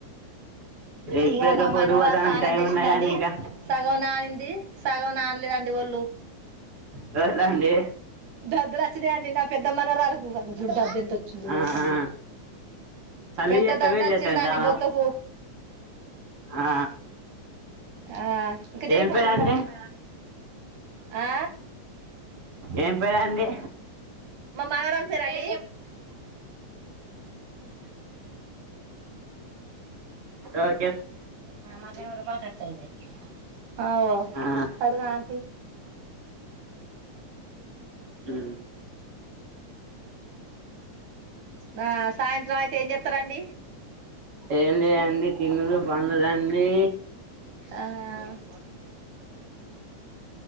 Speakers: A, on the right (about 45°); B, on the right (about 85°).
A: ఇప్పుడే
B: ఇగా
A: ఎక్కడ
B: నా
A: పొద్దు
B: మనమరాలు
A: పోతానని
B: తానం
A: టైం
B: జేసిందండి
A: ఉన్నాయి కానీ ఇంకా
B: సగం నానింది. సగం నానలేదండి. ఒళ్ళు
A: చూడలేండి
B: దాద్దుల చూదే అండి. నా పెద్ద మనవరాలకు ఆగ జూడు దాద్దేతోచిందో
A: ఆ
B: తల్లి
A: ఆ చలి
B: పెద్ద
A: చేత్తా
B: దద్ద
A: వేడి
B: వచ్చిందండి.
A: చేత్తాంది చాలా
B: బొతకు
A: ఆ
B: ఆఆ ఇంకా జేయపో
A: ఏం పేరండి
B: మమీ దానమ్ ఆ
A: ఏం పేరండి.
B: మా మనవరాలు పేరా అండి.
A: ఒహ్
B: ఆ మాకు ఇరవై రూపాయిలు కట్టయేది. ఆవ్
A: ఆ
B: పద్దు నా ఆంటీ
A: హుహ్
B: నా ఆ సాయంత్రం అయితే ఏం చెతారండి.
A: ఏ లేదండి. తినుడు పండుడు అండి.
B: ఆ